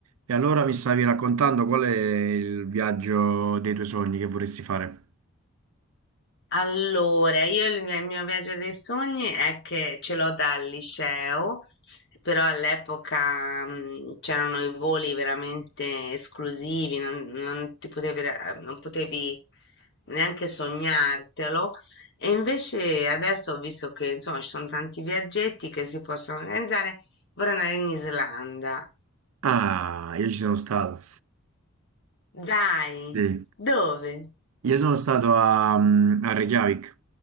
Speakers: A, on the right; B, on the left.
A: E allora mi stavi raccontando qual è il viaggio dei tuoi sogni che vorresti fare?
B: Allora, io il mio, il mio viaggio dei sogni è che ce l'ho dal liceo, però all'epoca mm, c'erano i voli veramente esclusivi, non, non ti potevi, ra- non potevi neanche sognartelo. E invece adesso ho visto che insomma ci sono tanti viaggetti che si possono organizzare. Vorrei andare in Islanda.
A: Ah, io ci sono stato.
B: Dai,
A: Sì.
B: dove?
A: Io sono stato a, mm, a Reykjavik